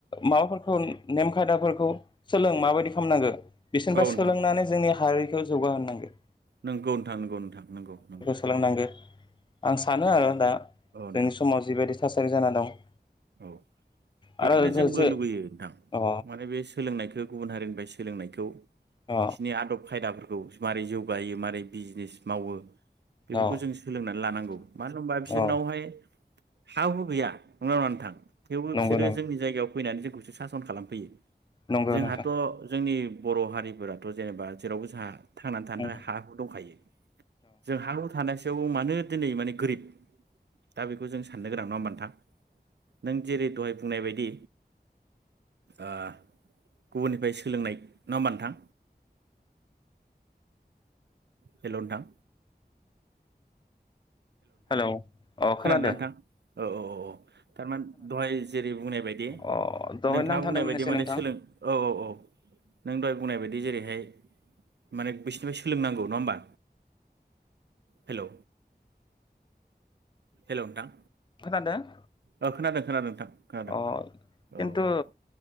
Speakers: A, on the left (about 30°); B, on the right (about 85°).
A: माबाफोर खौ नेमखादाफोरखौ सोलों माबायदि खालामनांगो बिसोरनिफ्राय
B: औ नोंथां
A: सोलोंनानै जोंनि हारि खौ जौगाहोनांगो
B: नंगौ नोंथां नंगौ नोंथां नंगौ नंगौ
A: सोलोंनांगौ आं सानो आरो दा जोंनि
B: औ नोंथां
A: समाव जिबायदि थासारि जाना दं
B: औ बेखौनो
A: आरो
B: जोंबो
A: जो जो
B: लुबैयो नोंथां
A: अ
B: माने बे सोलोंनायखौ गुबुन हारिनिफाय सोलोंनायखौ बिसिनि
A: अ
B: आदब खायदाफोर मारै जौगायो मारै बिजनेस मावो बेफोरखौ
A: अ
B: जों सोलोंनानै लानांगौ मानो होनबा बिसोरनावहाय
A: अ
B: हा हु गैया नंगौना नङा थेवबो
A: नंगौ
B: बिसोरो
A: नंगौ
B: जोंनि जायगायाव फैनानै जोंखौसो सासन खालामफैयो
A: नंगौ
B: जोंहाथ'
A: नोंथां
B: जोंनि बर' हारिफोराथ' जेनेबा जेरावबो जोंहा थांनानै थानो
A: अ
B: थाखाय हा हु दंखायो जों हा हु थानाय रावबो मानो दिनै माने गोरिब दा बेखौ जों साननो गोनां नङा होमबा नोंथां थां नों जेरै दहाय बुंनाय बायदि ओ गुबुननिफ्राय सोलोंनाय नङा होमबा नोंथां हेल' नोंथां
A: हेल' अ
B: खोनादोंना
A: खोनादों
B: नोंथां औ औ औ थारमाने दहाय जेरै बुंनाय बायदि
A: अ दहाय
B: नोंथाङा
A: नांथादोंमोन
B: बुंनाय बायदि
A: एसे
B: माने
A: नोंथां
B: सोलों औ औ औ नों दहाय बुंनाय बायदि जेरैहाय माने बिसिोरनिफ्राय सोलोंनांगौ नङा होमबा हेल' हेल' नोंथां
A: मा होनदों
B: ओ खोनादों खोनादों नोंथां खोनादों
A: अ
B: औ
A: खेन्थु
B: औ